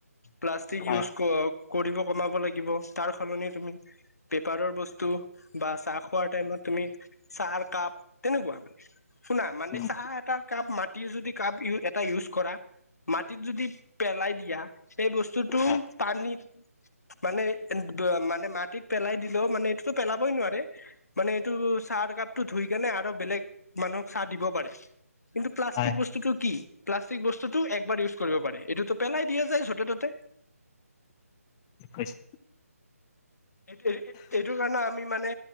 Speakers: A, on the left; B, on the left.
A: প্লাষ্টিক
B: হয়
A: ইউজ কৰিব কমাব লাগিব তাৰ সলনি তুমি পেপাৰৰ বস্তু বা চাহ খোৱাৰ টাইমত তুমি চাহ কাপ তেনেকুৱা মানে শুনা মানে
B: উম
A: চাহ এটা কাপ মাটিৰ যদি কাপ ই এটা ইউজ কৰা মাটিত যদি পেলাই দিয়া সেই বস্তুটো
B: হয়।
A: পানীত মানে মানে মাটিত পেলাই দিলেও মানে এইটোতো পেলাবই নোৱাৰে মানে এইটো চাহ কাপটো ধুই কেনে আৰু বেলেগ মানুহক চাহ দিব পাৰে কিন্তু প্লাষ্টিক
B: হয়,
A: বস্তুটো কি প্লাষ্টিক বস্তুটো একবাৰ ইউজ কৰিব পাৰে এইটোতো পেলাই দিয়া যায় ে ততে
B: কৈছ
A: এইটো এইটো কাৰণে আমি মানে